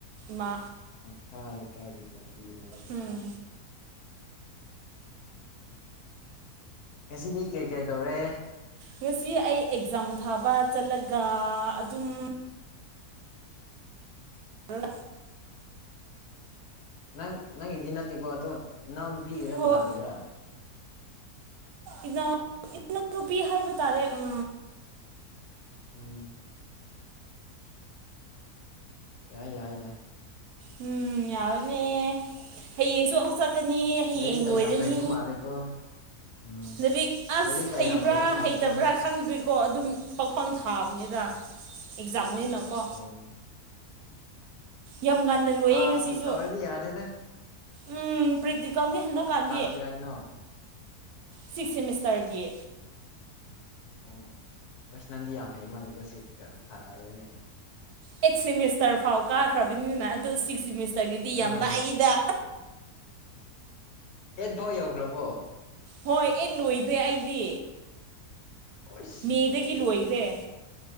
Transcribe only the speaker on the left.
ꯃꯈꯥ ꯂꯩꯀꯥꯏꯒꯤ ꯇꯣꯝꯕꯤꯔꯣ
ꯉꯁꯤꯗꯤ ꯀꯩ ꯀꯩ ꯇꯧꯔꯦ
ꯅꯪ ꯅꯪꯒꯤꯗꯤ ꯅꯠꯇꯦꯀꯣ ꯑꯗꯣ ꯅꯅꯥꯎ ꯅꯨꯄꯤꯒꯤꯔ
ꯀꯅꯥꯒꯤꯔꯥ
ꯎꯝ ꯌꯥꯏ ꯌꯥꯏ ꯌꯥꯏ
ꯂꯥꯏꯔꯤꯛꯀ
ꯌꯥꯝ ꯍꯩꯕ ꯃꯥꯜꯂꯦꯀꯣ ꯎꯝ
ꯂꯥꯏꯔꯤꯛꯀ
ꯌꯥꯝ ꯍꯩꯕ ꯃꯥꯜꯂꯦꯀꯣ
ꯑꯣꯣ
ꯄꯥꯁꯄꯨ
ꯇꯧꯔꯗꯤ ꯌꯥꯔꯦꯗ
ꯀ꯭ꯂꯥꯁ ꯀꯌꯥꯒꯤꯅꯣ
ꯑꯣ ꯑꯁ ꯅꯪꯗꯤ ꯌꯥꯝ ꯍꯩ ꯃꯥꯥꯟꯜꯂꯤꯀꯣ ꯁꯤꯛꯁꯀ ꯊꯥꯔꯦꯅꯦ
ꯑꯣ
ꯑꯦꯠ ꯐꯥꯎ ꯌꯧꯈ꯭ꯔꯕꯣ
ꯀꯣꯏꯁ